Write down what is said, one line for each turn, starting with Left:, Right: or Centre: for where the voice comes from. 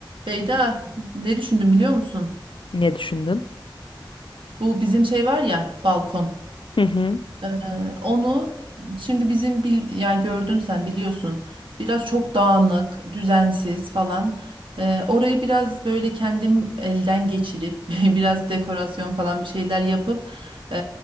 Right: Beyda ne düşündüm biliyor musun?
Left: Ne düşündün?
Right: Bu bizim şey var ya balkon.
Left: Hı hı.
Right: Ee, onu şimdi bizim bil, yani gördün sen biliyorsun. Biraz çok dağınık, düzensiz falan. Ee, orayı biraz böyle kendim elden geçirip <laughs> biraz dekorasyon falan bir şeyler yapıp ee,